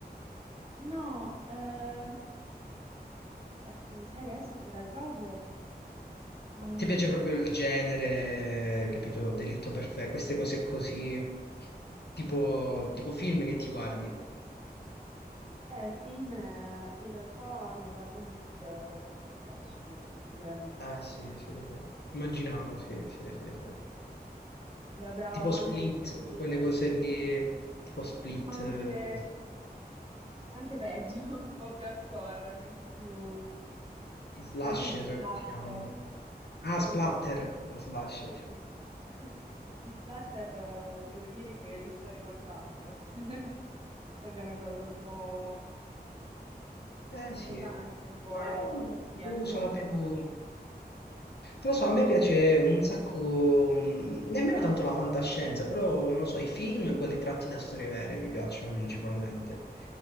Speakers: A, on the right (about 35°); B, on the left (about 75°).
A: No, eh, porca miseria, adesso se la trovo. Mm,
B: Ti piace proprio il genere, capito? Delitto perfetto, queste cose così, tipo, tipo film che ti guardi.
A: eh, film, eh, in realtà mi guardo molto gli horror, mi piacciono particolarmente.
B: Ah, sì, sì, sì. Immaginavo, sì, sì, sì, sì.
A: Da brava
B: Tipo
A: amante
B: Split,
A: di Black Mirror,
B: quelle cose lì, tipo Split,
A: ma anche,
B: eh,
A: anche peggio, <laughs> un po' più hardcore, anche più...
B: i slasher,
A: anche gli splatter.
B: come si chiamano? Ah,
A: Sì,
B: Splatter,
A: gli-
B: lo slasher.
A: Sì. <laughs> Gli splatter, eh, devo dire che li sto rivalutando. <laughs> So che è una cosa un po'
B: Eh sì,
A: pesante, un po'
B: ma
A: così
B: boh,
A: hardcore,
B: sono più...
A: ma
B: Non lo so, a me piace un sacco, mh, nemmeno tanto la fantascienza, però non lo so, i film, quelli tratti da storie vere mi piacciono principalmente.